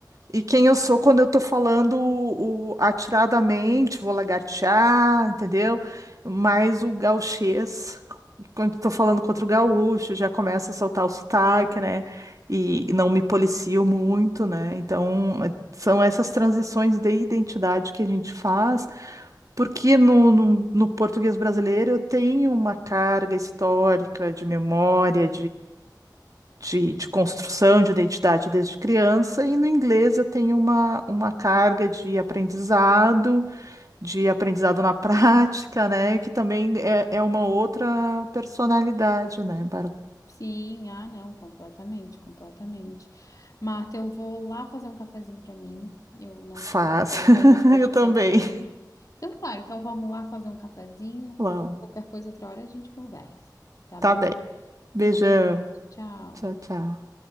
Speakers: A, on the right; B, on the left.
A: e quem eu sou quando eu tô falando o, o- atiradamente, vou lagartear, entendeu? Mais o gauchês, quando tô falando contra o gaúcho, já começa a soltar o sotaque, né? E, e não me policio muito, né? Então, é- são essas transições de identidade que a gente faz, porque no, no, no português brasileiro eu tenho uma carga histórica de memória, de, de construção de identidade desde criança, e no inglês eu tenho uma, uma carga de aprendizado, de aprendizado na <laughs> prática, né? Que também é, é uma outra personalidade, né, Bárbara?
B: Sim, ah, não, completamente, completamente. Marta, eu vou lá fazer um cafezinho para mim. Eu não
A: Faz.
B: sei se quero fazer
A: <laughs>
B: um para ti
A: Eu também.
B: também. Então tá, então vamos lá fazer um cafezinho, qualquer,
A: Uau.
B: qualquer coisa outra hora a gente conversa, tá
A: Tá
B: bom?
A: bem. Beijão.
B: Um beijo, tchau.
A: Tchau, tchau.